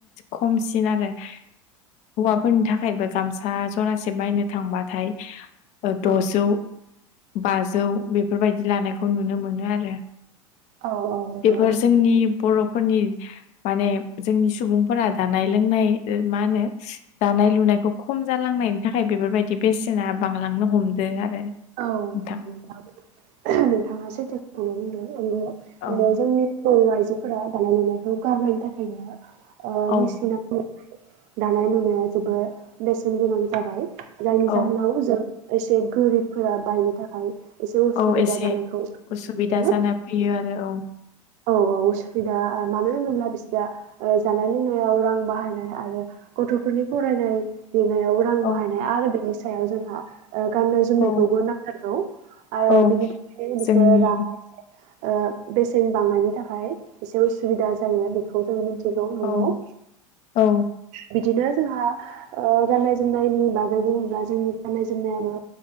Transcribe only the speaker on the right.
औ।
औ औ नंगौ।
औ नोंथां
नोंथाङा सैथोखौनो बुंदों नंगौ।
ओ जोंनि बर' आइजोफोरा दानाय लुनायखौ गारनायनि थाखायनो
मेसिन दानाय लुनाया जोबोद बेसेन गोनां जाबाय। जायनि
जाहोनाव जों एसे गोरिबफोरा बायनो थाखाय एसे उसुबिदा
जानायखौ
मोनो
औ औ। उसुबुबिदा मानो होनोब्ला बिसोरा जानाय लोंनायाव रां बाहायनाय आरो गथ'फोरनि फरायनाय लिरनायाव रां
बाहायनाय आरो बेनि सायाव जोंहा गाननाय जोमनायखौबो
नांथारगौ आरो
बिनि थाखाय बिसोर
राङा एसे ओ बेसेन बांनायनि थाखाय एसे उसुबिदा जायो बेखौ जोङो मिनथि नंगौ
नंगौ
बिदिनो। जोंहा ओ गाननाय जोमनायनि बागै बुङोब्ला जोंनि गाननाय जोमनायाबो